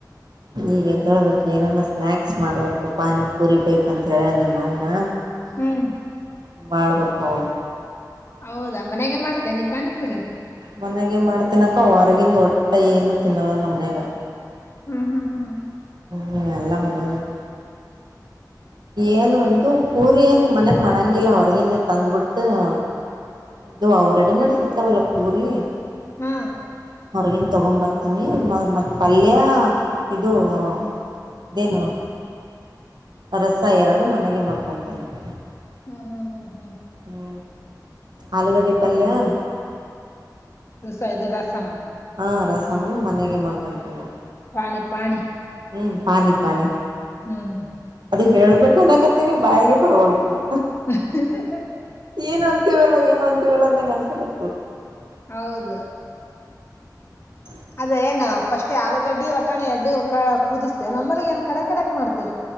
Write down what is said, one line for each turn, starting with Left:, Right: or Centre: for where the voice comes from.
Right: ಈಗೆ ಎದ್ದೊಳ್ಬೇಕು ಏನಾನ ಸ್ನ್ಯಾಕ್ಸ್ ಮಾಡ್ಬೇಕು ಪಾನಿ ಪೂರಿ ಬೇಕಂತ ಹೇಳ ಯಾನ್ ನಿಮ್ಮ ಅಣ್ಣ? <inaudible>
Left: ಹ್ಮ್
Right: ಮಾಡ್ಬೇಕ ನೋಡ.
Left: ಹೌದಾ ಮನೆಯಾಗ ಮಾಡತಿ ನೀ ಪಾನಿಪುರಿ?
Right: ಮನೆಗೆ ಮಾಡತಿ ನೀ ಅಕ್ಕ ಹೊರಗಿಂದ ಒಟ್ಟ ಏನು ತಿನ್ನಲ್ಲ ನಮ್ಮ ಮನ್ಯಾಗ. <inaudible>
Left: ಹು ಹು ಹು
Right: ಹೂ ಎಲ್ಲಾ ಮನ್ಯಾನಂದ. <inaudible> ಏನು ಇದು ಪೂರಿ ಏನ್ ಮನೆಗ್ ಮಾಡಂಗಿಲ್ಲ ಹೊರಗಿಂದ ತಂದ್ಬಿಟ್ಟ. <inaudible> ಇದು ಅವು ರೆಡಿ ಮೇಡ ಸಿಗತಾವಲ್ಲ ಪೂರಿ? <inaudible>
Left: ಹಾ
Right: ಹೊರಗಿಂದ ತಗೊಂದ ಬರ್ತೀನಿ ಮ ಮತ್ತ ಪಲ್ಯ ಇದು <inaudible> ದೀನು ರಸಾ ಎರಡು ಮನೆಗೆ ಮಾಡ್ಕೊತೀನಿ. <inaudible>
Left: ಹು ಹು ಹು
Right: ಹೂ ಆಲೂಗಡ್ಡಿ ಪಲ್ಯ? <inaudible>
Left: ರಸಾ ಇದು ರಸಂ.
Right: ಹಾ ರಸಮ್ಮ ಮನೆಗೆ ಮಾಡ್ಕೊತೀವಿ ನಾವ <inaudible>
Left: ಪಾನೀ ಪಾನೀ
Right: ಹ್ಮ್ ಪಾನಿ ಪಾನಿ
Left: ಹ್ಮ್
Right: ಅದ ಹೇಳ್ಬೇಕನ್ಕತ್ತನಿ ಬಾಯಿಗೆ ಪರವಲ್ತ
Left: ಹ
Right: ಏನ್ ಅಂತಿವವಲ್ಲಾ ಏನ್ ಅಂತಿವವಲ್ಲ ಅಂದಗೆ ಅನ್ಸಾಗತ್ತು
Left: ಹೌದು
Right: ಹ್ಮ
Left: ಅದ ಏನ್ ಪಫಸ್ಟ್ೇ ಆಲೂಗಡ್ಡಿ ಒಟಾಣಿ ಅಡ್ಡು ಕ ಕುದಿಸ್ತೆ ನಮ್ಮಲ್ಲಿ ಏನ್ ಕಡೆ ಕಡೆಕ್ ಮಾಡ್ತೆ